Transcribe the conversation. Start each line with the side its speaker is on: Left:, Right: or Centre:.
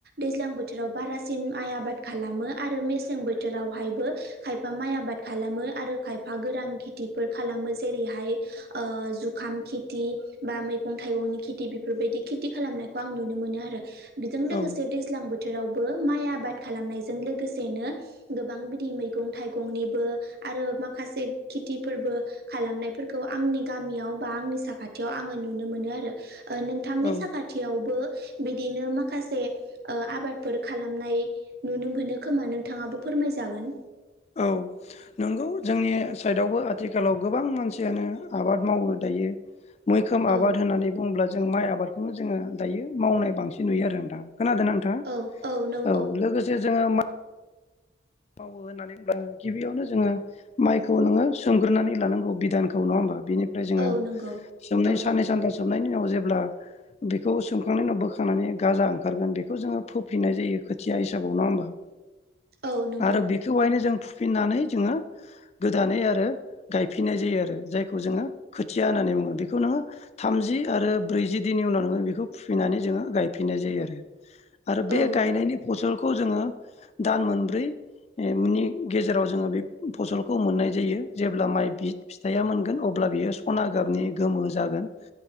Right: दैज्लां बोथोराव बारासिन माइ आबाद खालामो आरो मेसें बोथोराव हायबो खायफा माइ आबाद खालामो आरो खायफा गोरां खेथिफोर खालामो जेरैहाय ओ जुखाम खिथि बा मैगं थाइगंनि खेथि बेफोरबायदि खेथि खालामनायखौ आं नुनो मोनो आरो बेजों लोगोसे
Left: औ
Right: दैज्लां बोथोरावबो माइ आबाद खालामनायजों लोगोसेनो गोबां बिदि मैगं थाइगंनिबो आरो माखासे खिथिफोरबो खालामनायफोरखौ आंनि गामियाव बा आंनि साखाथियाव आङो नुनो मोनो आरो ओ नोंथांनि
Left: औ
Right: साखाथियावबो बिदिनो माखासे ओ आबादफोर खालामनाय नुनो मोनो खोमा नोंथाङाबो फोरमायजागोन
Left: औ नंगौ जोंनि साइदआवबो आथिखालाव गोबां मानसियानो आबाद मावो दा यो मैखोम आबाद
Right: औ
Left: होननानै बुङोब्ला जों माइ आबादखौनो जोङो दायो मावनाय बांसिन नुयो आरो नोंथां खोनादोना नोंथाङा
Right: औ औ नौ
Left: औ लोगोसे जोङो मा मावो होननानै होनब्ला गिबियावनो जोङो माइखौ नोङो सोमग्रोनानै लानांगौ बिधानखौ नङा होमबा बेनिफ्राय जोङो
Right: औ नंगौ
Left: सोमनाय
Right: औ
Left: साननै सानथाम सोमनायनि उनाव जेब्ला बेखौ सोमखांनायनि उनाव बोखांनानै गाजा ओंखारगोन बेखौ जोङो फोफिननाय जायो खोथिया हिसाबाव नङा होमबा?
Right: <inaudible> नंगौ
Left: आरो बेखौहायनो जों फु फिननानै जोङो गोदानै आरो गायफिननाय जायो आरो जायखौ जोङो खोथिया होननानै बुङो बेखौ नोङो थामजि आरो ब्रैजि दिननि उनाव नोङो बेखौ फुफिननानै जोङो गायफिननाय जायो आरो आरो
Right: औ
Left: बे गायनायनि फसलखौ जोङो दान मोनब्रै नि गेजेराव जोङो बे फसलखौ मोननाय जायो जेब्ला माइ बि फिथाइया मोनगोन अब्ला बियो सना गाबनि गोमो जागोन